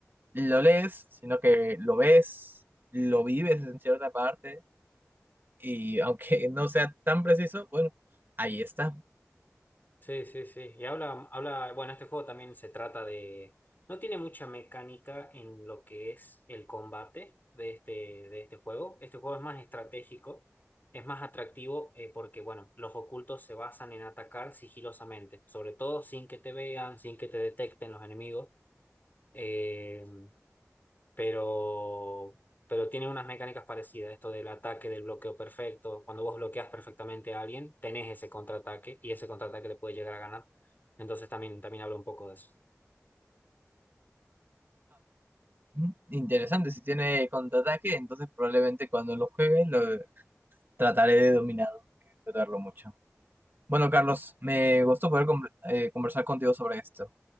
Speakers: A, on the right (about 40°); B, on the left (about 35°).
A: lo lees, sino que lo ves, lo vives en cierta parte, y aunque <laughs> no sea tan preciso, bueno, ahí está.
B: Sí, sí, sí. Y habla, habla, bueno, este juego también se trata de, no tiene mucha mecánica en lo que es el combate de este, de este juego. Este juego es más estratégico, es más atractivo eh, porque, bueno, los ocultos se basan en atacar sigilosamente, sobre todo sin que te vean, sin que te detecten los enemigos. eh, pero, pero tiene unas mecánicas parecidas, esto del ataque, del bloqueo perfecto. Cuando vos bloqueas perfectamente a alguien, tenés ese contraataque y ese contraataque le puede llegar a ganar. Entonces también, también hablo un poco de eso.
A: Mm, Interesante, si tiene contraataque, entonces probablemente cuando lo juegue lo trataré de dominar, disfrutarlo mucho. Bueno, Carlos, me gustó poder conver- eh, conversar contigo sobre esto.